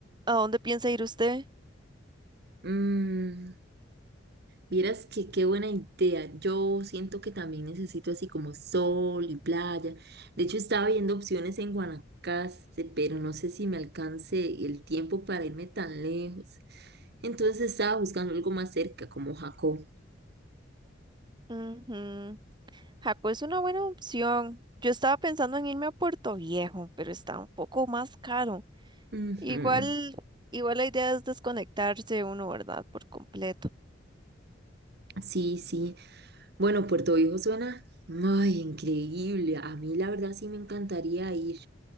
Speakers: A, on the right (about 25°); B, on the right (about 60°).
A: ¿A dónde piensa ir usted?
B: Mm, vieras que qué buena idea. Yo siento que también necesito así como sol y playa. De hecho, estaba viendo opciones en Guanacaste, pero no sé si me alcance el tiempo para irme tan lejos. Entonces estaba buscando algo más cerca, como Jacó.
A: Ujú. Jaco es una buena opción. Yo estaba pensando en irme a Puerto Viejo, pero está un poco más caro.
B: Ujú,
A: Igual, igual la idea es desconectarse uno, ¿verdad? Por completo.
B: Sí, sí. Bueno, Puerto Viejo suena, ay, increíble. A mí la verdad sí me encantaría ir,